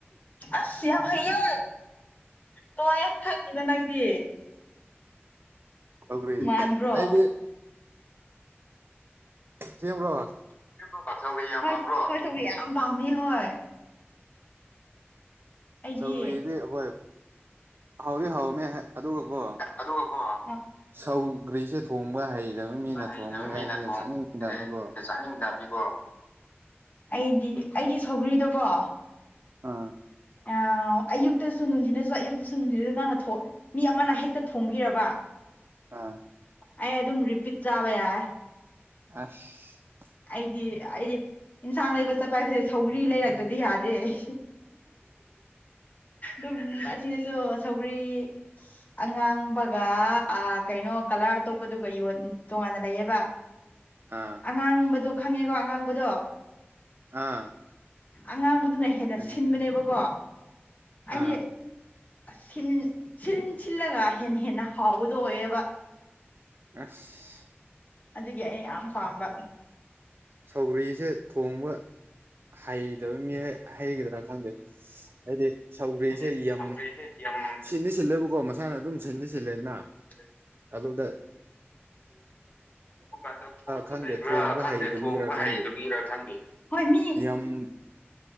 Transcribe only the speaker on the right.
ꯍꯧ꯭ꯔꯤ
ꯑꯩꯗꯤ ꯁꯦꯝ꯭ꯔꯣ
ꯁꯧꯒꯔꯤꯗꯤ ꯍꯣꯏ ꯍꯥꯎꯗꯤ ꯍꯥꯎ ꯑꯗꯨꯒꯀꯣ
ꯁꯧꯒ꯭ꯔꯤꯁꯦ ꯊꯣꯡꯕ ꯍꯩꯕ ꯃꯤꯅ
ꯊꯣꯡꯕ ꯌꯥ
ꯁꯦ
ꯆꯥꯅꯤꯡꯉꯗꯕꯅꯤꯀꯣ
ꯑꯥ
<inaudible>
ꯑꯥ
ꯑꯁ
<inaudible>
ꯑꯥ
ꯑꯥ
ꯈꯪꯉꯦ
ꯈꯪꯉꯦ ꯑꯥ
ꯑꯁ
ꯁꯧꯒ꯭ꯔꯤꯁꯦ ꯊꯣꯡꯕ ꯍꯩꯗꯕ ꯃꯤ ꯍꯩꯒꯗ꯭ꯔꯥ ꯈꯪꯗꯦ ꯍꯥꯏꯗꯤ ꯁꯧꯒ꯭ꯔꯤꯁꯦ
ꯌ
ꯁꯤꯟꯗ ꯁꯤꯜꯂꯦꯕꯀꯣ ꯃꯁꯥꯅ ꯑꯗꯨꯝ ꯁꯤꯟꯟꯅ ꯁꯤꯜꯂꯦꯅ
ꯑꯗꯗ
ꯈꯪꯗꯦ
ꯊꯣꯡꯕ
ꯍꯩꯇꯕꯒꯤꯔꯥ
ꯈꯪꯗꯦ
ꯌꯥꯝ